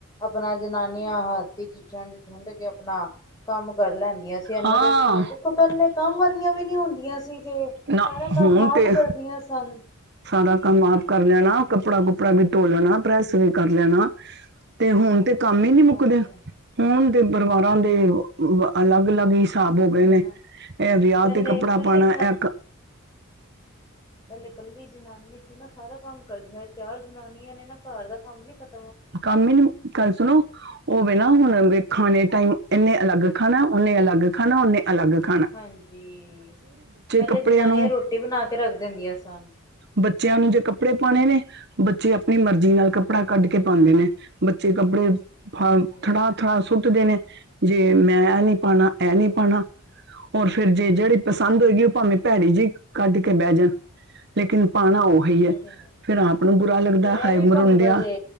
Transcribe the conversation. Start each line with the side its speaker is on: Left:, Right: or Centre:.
Left: ਆਪਨਾ ਜਨਾਨੀਆਂ ਆਹ ਵਿੱਚ ਛੰਡ-ਛੁੰਡ ਕੇ ਆਪਨਾ ਕੰਮ ਕਰ ਲੈਂਦੀਆਂ ਸੀ ਏਨਾਂ
Right: ਹਾਂ
Left: ਦੇ ਉਥੇ ਲ ਪੈਲੇ ਕੰਮ ਵਾਲੀਆਂ ਵੀ ਨੀ ਹੁੰਦੀਆਂ ਸੀ ਤੇ
Right: ਨਾ
Left: ਸਾਰਾ ਕੰਮ
Right: ਹੁਣ
Left: ਆਪ
Right: ਤੇ
Left: ਕਰਦੀਆਂ ਸਨ।
Right: ਸਾਰਾ ਕੰਮ ਆਪ ਕਰ ਲੈਨਾ ਕੱਪੜਾ-ਕੁੱਪੜਾ ਵੀ ਧੋ ਲੈਨਾ ਪ੍ਰੈਸ ਵੀ ਕਰ ਲੈਨਾ। ਤੇ ਹੁਨ ਤੇ ਕੰਮ ਈ ਨੀ ਮੁੱਕਦੇ
Left: ਹਾਂਜੀ
Right: ਹੁਨ ਤੇ ਪਰਿਵਾਰਾਂ ਦੇ ਅਲੱਗ-ਅਲੱਗ ਈ ਸਾਬ ਹੋ
Left: ਉਹੀ
Right: ਗਏ
Left: ਹੈ
Right: ਨੇ
Left: ਨਾ
Right: ਐ ਵਿਆਹ
Left: ਪਹਿਲੇ
Right: ਤੇ ਕੱਪੜਾ
Left: ਇਕੱਲੀ
Right: ਪਾਨਾ ਐ
Left: ਪੈਲੇ ਕੱਲੀ ਜਨਾਨੀ ਨਾ ਸਾਰਾ ਕੰਮ ਕਰਦੀਆ ਚਾਰ ਜਨਾਨੀਆਂ ਨੇ ਨਾ ਘਰ ਦਾ ਕੰਮ ਨੀ ਖਤਮ
Right: ਕੰਮ ਈ ਨੀ ਮੁ ਗੱਲ ਸੁਣੋ ਓਵੇ ਨਾ ਹੁਨ ਖਾਨੈ ਟਾਈਮ ਏਨੇ ਅਲੱਗ ਖਾਨਾ ਓਨੇ ਅਲੱਗ ਖਾਨਾ ਅਲੱਗ ਖਾਨਾ
Left: ਹਾਂਜੀ ਪੈਲੇ
Right: ਕੱਪੜਿਆਂ
Left: ਜਨਾਨੀਆਂ
Right: ਨੂੰ
Left: ਰੋਟੀ ਬਨਾ ਕੇ ਰੱਖ ਦੇਂਦੀਆਂ ਸਨ।
Right: ਬੱਚੇਆਂ ਨੂੰ ਜੇ ਕੱਪੜੇ ਪਾਨੇ ਨੇ ਬੱਚੇ ਆਪਨੀ ਮਰਜ਼ੀ ਨਾਲ ਕੱਪੜਾ
Left: ਹਾਂਜੀ
Right: ਕੱਢ ਕੇ ਪਾਂਦੇ ਨੇ ਬੱਚੇ ਕੱਪੜੇ
Left: ਹਾਂਜੀ
Right: ਫਾਲ ਖੜਾ ਖੜਾ ਸੁੱਟਦੇ ਨੇ ਜੇ ਮੈਂ ਐ ਨੀ ਪਾਨਾ ਐ ਨੀ ਪਾਨਾ। ਹੋਰ ਫਿਰ ਜੇ ਜੇੜੀ ਪਸੰਦ ਹੋਏਗੀ ਓ ਭਾਵੇਂ ਭੈੜੀ ਜੀ ਕੱਢ ਕੇ ਬੈ ਜਾਨ। ਲੇਕਿਨ ਪਾਨਾ ਓਹੀ ਐ
Left: ਉਹ ਤੇ ਹੈ
Right: ਫੇਰ ਆਪ ਨੂੰ ਬੁਰਾ ਲੱਗਦਾ
Left: ਫੇਰ ਇਹ
Right: ਹਾਏ
Left: ਵੀ ਪੰਗਾ
Right: ਮਰੁੰਡੇਆ
Left: ਜੇ